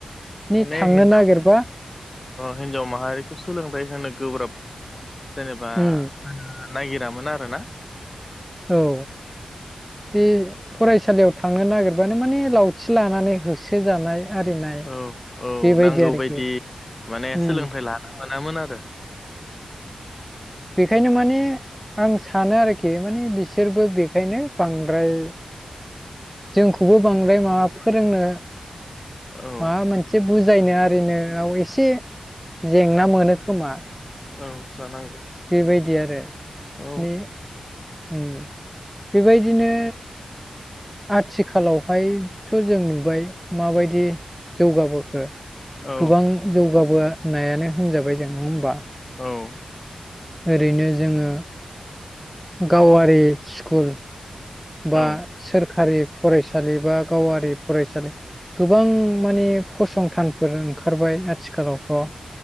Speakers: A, in the centre; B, on the left.
A: नै
B: माने
A: थांनो
B: हिनजावखौ
A: नागिरबा
B: हिनजाव माहारिखौ सोलोंथाइ होनो गोब्राब जेनेबा
A: उम
B: ओ नायागिरामोन आरो ना।
A: औ बे फरायसालियाव थांनो नागिरबानो माने लावथि लानानै होसो जानाय आरिनाय
B: औ औ
A: बेबायदि
B: नांगौ
A: आरोखि
B: बायदि माने
A: उम
B: सोलोंथाइ लानो मोनामोन आरो।
A: बेखायनो माने आं सानो आरोखि माने बिसोरबो बेखायनो बांद्राय जोंखौबो बांद्राय माबा फोरोंनो
B: औ
A: माबा मोनसे बुजायनो आरिनोाव एसे जेंना मोनो खोमा।
B: औ जानांगौ।
A: बेबायदि आरो
B: औ
A: माने उम बेबायदिनो आथिखालावहायथ' जों नुबाय माबायदि जौगाबोखो
B: औ
A: गोबां जौगाबोनायानो होनजाबाय जों नङा होमबा?
B: औ
A: ओरैनो जोङो गावारि स्कुल बा
B: औ
A: सोरखारि फरायसालि बा गावारि फरायसालि गोबां माने फसंथानफोर ओंखारबाय आथिखालावथ'।